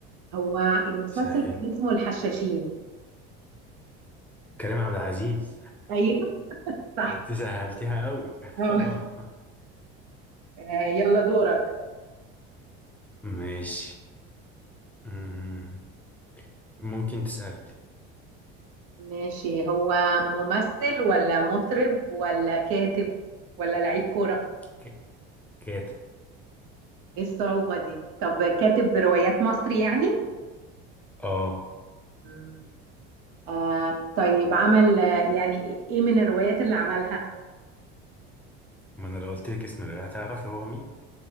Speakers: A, on the right; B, in the centre.
A: هو المسلسل
B: سهلي
A: كان اسمه الحشاشين
B: كريم عبد العزيز
A: أيوه صح
B: <laughs> انت سهلتيها قوي <laughs>
A: آه.
B: اه
A: آه، يلا دورك
B: ماشي مم. ممكن تسألي
A: ماشي هو ممثل ولا مطرب ولا كاتب ولا لعيب كورة
B: ك- كاتب
A: ايه الصعوبة دي طب كاتب بروايات مصري يعني
B: اه
A: مم. آه طيب عمل آه، يعني ايه من الروايات اللي عملها
B: ما انا لو قلت لك اسم الرواية هتعرفي هو مين